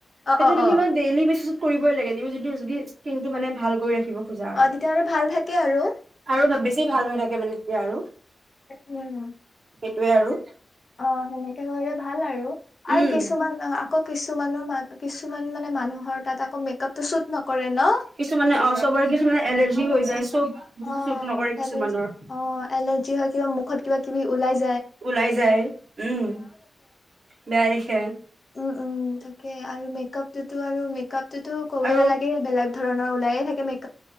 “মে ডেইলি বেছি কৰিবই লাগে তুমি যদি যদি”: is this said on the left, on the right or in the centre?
Right